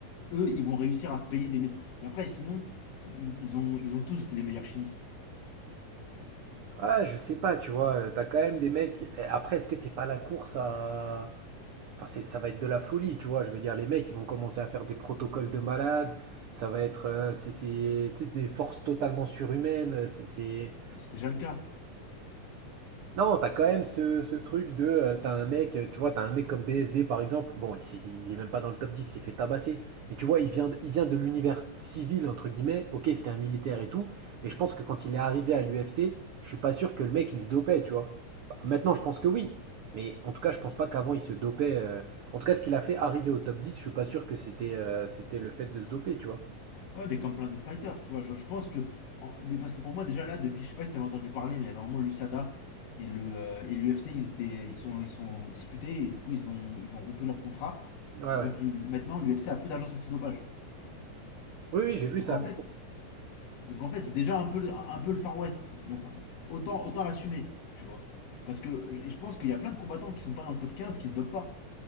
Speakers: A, on the left; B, on the right.
A: Eux, ils vont réussir à se payer des médecins. Mais après, sinon, ils ont, ils ont tous les meilleurs chimistes.
B: Ah, je sais pas, tu vois, euh, t'as quand même des mecs. eh, Après, est-ce que c'est pas la course à. Enfin, c'est- ça va être de la folie, tu vois. Je veux dire, les mecs, ils vont commencer à faire des protocoles de malades. Ça va être euh, c'est c'est- tu sais, des forces totalement surhumaines. C'est c'est-
A: Mais c'est déjà le cas.
B: non, t'as quand même ce, ce truc de, euh, t'as un mec, euh, tu vois, t'as un mec comme BSD par exemple, bon, il, s'est- il est même pas dans le top 10, il s'est fait tabasser, mais tu vois, il vient, de- il vient de l'univers civil, entre guillemets, ok, c'était un militaire et tout, mais je pense que quand il est arrivé à l'UFC, je suis pas sûr que le mec, il se dopait, tu vois. Bah, maintenant, je pense que oui, mais en tout cas, je pense pas qu'avant, il se dopait. euh, En tout cas, ce qu'il a fait arriver au top 10, je suis pas sûr que c'était euh, c'était le fait de se doper, tu vois.
A: Ouais, mais comme plein d'autres fighters, tu vois. Je, je pense que. en- mais parce que pour moi, déjà là, depuis, je sais pas si t'avais entendu parler, mais il y avait un moment l'USADA et le euh, et l'UFC, ils étaient, ils sont, ils sont disputés et du coup, ils ont, ils ont rompu leur contrat.
B: Ouais,
A: Et
B: ouais.
A: donc le- maintenant, l'UFC a plus d'agence antidopage.
B: Oui, oui, j'ai vu
A: Donc
B: ça.
A: en fait, donc en fait, c'est déjà un peu, un peu le Far West. Donc autant, autant l'assumer, tu vois. Parce que et je pense qu'il y a plein de combattants qui sont pas dans le top 15 qui se dopent pas.